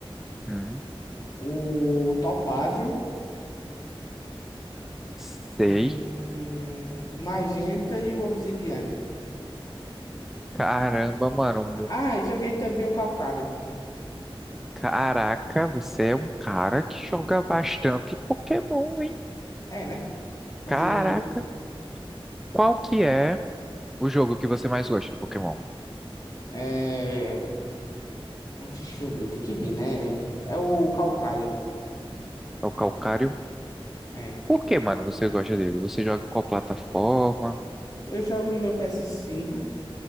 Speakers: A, in the centre; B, on the left.
A: hum,
B: o Topázio,
A: sei.
B: hum, o Magenta e o Obsidiana.
A: Caramba, mano,
B: Ah, joguei também o Calcário.
A: Caraca, você é um cara que joga bastante Pokémon, hein?
B: É, né? Fazer
A: Caraca,
B: o quê?
A: qual que é o jogo que você mais gosta de Pokémon?
B: É, deixa eu ver, tem que ver, né? É o Calcário.
A: É o Calcário?
B: É.
A: Por que, mano, você gosta dele? Você joga em qual plataforma?
B: Eu jogo no meu ps cinco,